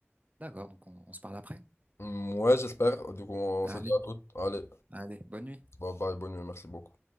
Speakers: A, on the right; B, on the left.
A: D'accord, donc on, on se parle après.
B: Mm, Ouais, j'espère. Du coup, on
A: Allez,
B: se dit à toutes. Allez,
A: allez, bonne nuit.
B: bye bye, bonne nuit, merci beaucoup.